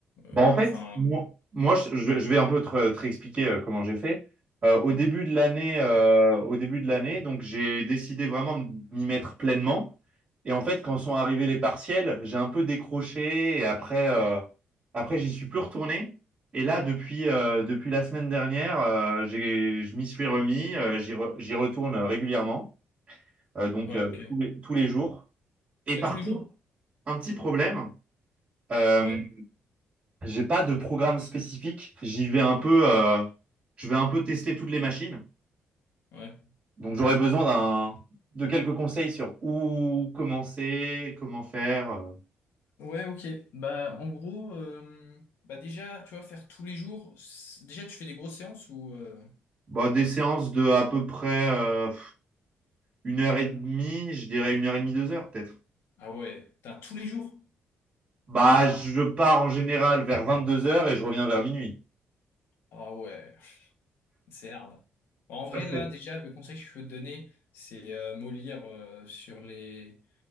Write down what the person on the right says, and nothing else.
Bah, en fait,
moi, moi, je, je vais je vais un peu te, te réexpliquer euh, comment j'ai fait. Euh, au début de l'année, euh, au début de l'année, donc j'ai décidé vraiment de m'y mettre pleinement. Et en fait, quand sont arrivés les partiels, j'ai un peu décroché et après, euh, après, j'y suis plus retourné. Et là, depuis, euh, depuis la semaine dernière, euh, j'ai, je m'y suis remis. euh, j'y re- j'y retourne régulièrement, euh, donc
euh,
tous les, tous les jours. Et
par
contre,
un petit problème. euh,
j'ai pas de programme spécifique. J'y vais un peu, euh, je vais un peu tester toutes les machines.
Donc j'aurais besoin d'un, de quelques conseils sur où commencer, comment faire. euh.
Bah, des séances de à peu près euh, une heure et demie, je dirais une heure et demie, deux heures peut-être.
Bah, je pars en général vers 22 heures et je reviens vers minuit.
Ça, c'est